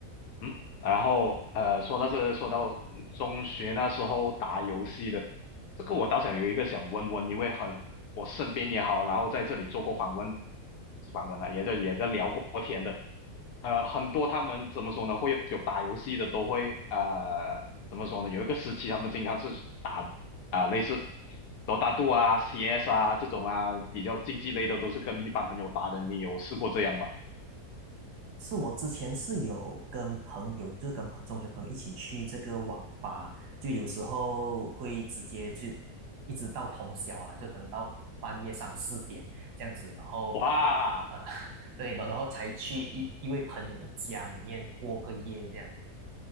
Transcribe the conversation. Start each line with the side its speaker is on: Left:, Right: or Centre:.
Left: 嗯，然后呃，说到这，说到中学那时候打游戏的，这个我倒想有一个想问问，因为很我身边也好，然后在这里做过访问，访问了，也在也在聊过天的，呃，很多他们怎么说呢，会有打游戏的都会呃怎么说呢，有一个时期他们经常是打啊、类似多大度啊、CS 啊这种啊比较竞技类的，都是跟一般朋友打的，你有试过这样吗？
Right: 是我之前是有跟朋友，就是跟朋中学朋友一起去这个网吧，就有时候会直接去，一直到通宵啊，就可能到半夜三四点这样子，然后
Left: 哇！
Right: 啊、呃 <laughs> 对，然后才去一一位朋友的家里面过个夜这样。